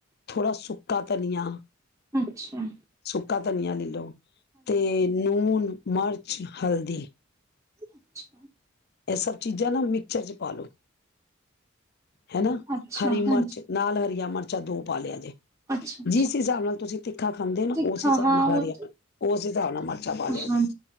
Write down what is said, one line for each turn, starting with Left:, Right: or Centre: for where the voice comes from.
Left: ਥੋੜ੍ਹਾ ਸੁੱਕਾ ਧਨੀਆ-
Right: ਅੱਛਾ-
Left: ਸੁਕਾ ਧਨੀਆਂ ਵੀ ਲਓ- ਤੇ ਨੂਣ- ਮਿਰਚ, ਹਲਦੀ-
Right: ੱਛ-
Left: ਇਹ ਸਭ ਚੀਜ਼ਾਂ ਨਾ ਮਿਕਚਰ 'ਚ ਪਾ ਲਓ- ਹਨਾ
Right: ਅੱਛਾ
Left: ਹਰੀ
Right: ਹਾਂਜੀ
Left: ਮਿਰਚ ਨਾਲ ਹਰੀ- ਆਂ ਮਿਰਚਾਂ ਦੋ ਪਾ ਲਿਆ ਜੇ
Right: ਅੱਛਾ-ਅੱਛਾ
Left: ਜਿਸ ਹਿਸਾਬ ਨਾਲ ਤੁਸੀਂ ਤਿੱਖਾ ਖਾਂਦੇ ਹੋ ਨਾ
Right: ਤਿੱਖਾ
Left: ਉਸ ਹਿਸਾਬ
Right: ਹਾਂ
Left: ਨਾਲ
Right: ਉਹ
Left: ਹਰੀਆਂ
Right: ਤੇ
Left: ਉਸ ਹਿਸਾਬ ਨਾਲ ਮਿਰਚਾਂ ਪਾ ਲਿਆ ਸੀ
Right: ਹਾਂਜੀ